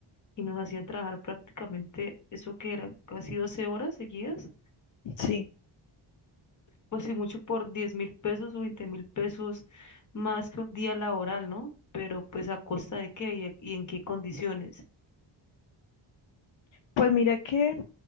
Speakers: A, on the left (about 35°); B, on the left (about 65°).
A: y nos hacían trabajar prácticamente eso que eran casi 12 horas seguidas
B: Sí,
A: pues sí, mucho por diez mil pesos o veinte mil pesos más que un día laboral, ¿no? Pero pues a costa de qué y, e- y en qué condiciones.
B: pues mira que